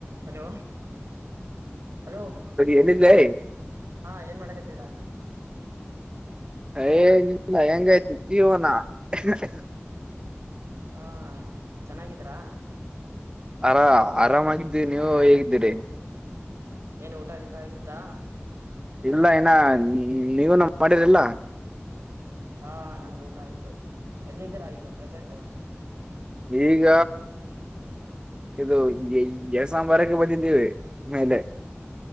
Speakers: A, on the right; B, on the right.
A: hello hello
B: ಎಲ್ಲಿದ್ಲೇ
A: ಹಾ ಏನ್ ಮಾಡಕ ತಿರ
B: ಏ ನೀ ಇಲ್ಲ ಹೆಂಗೈತಿ ಜೀವನ ಹ <unintelligible>
A: ಹಾ ಚೆನ್ನಾಗಿದ್ರಾ
B: ಆರಾ ಆರಾಮಾಗಿದ್ದೀನಿ ನೀವು ಹೇಗಿದ್ದೀರಿ
A: ಏನ್ ಊಟ ಗಿಟ ಆಗಿತ್ತಾ
B: ಇಲ್ಲ ಹಿನಾ ನಿ ನೀವುನ ಮಾಡಿರಿಲ್ಲ
A: ಹಾ ನಮ್ದು ಊಟ ಆಯ್ತು ಎಲ್ಲಿದ್ದೀರಾ ಈಗ ಪ್ರಜೆಂಟ
B: ಈಗ ಇದು ಗೆ ಸಾಂಬಾರಕ್ಕೆ ಬಂದಿದ್ದೀವಿ ಮೇಲೆ